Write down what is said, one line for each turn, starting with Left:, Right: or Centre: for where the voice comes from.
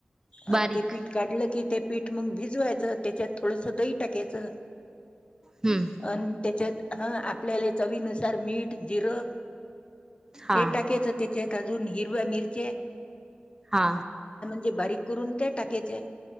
Right: बारीक
Left: आणि ते पीठ काढलं की ते पीठ मग भिजवायचं त्यांच्यात थोडस दही टाकायचं
Right: हम्म
Left: अ त्यांच्यात हा आपल्याला चवीनुसार मीठ जिरं
Right: हा
Left: हे टाकायचं ते का अजून हिरव्या मिरचे
Right: हा
Left: ते बारीक करून ते टाकयचे